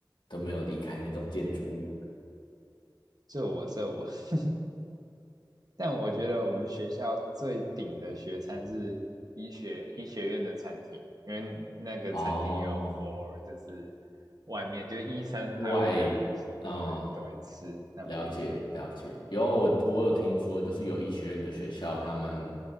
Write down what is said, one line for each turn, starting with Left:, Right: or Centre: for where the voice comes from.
Left: 都没有离开那栋建筑物。
Right: 这我这我，<laughs> 但我觉得我们学校最顶的学餐是医学医学院的餐厅，因为那个餐厅有
Left: 哦，
Right: for 就是外面就是医生还有一些护士都会都会吃那边的，
Left: 外，嗯，了解了解。有我我有听说，就是有医学院的学校，他们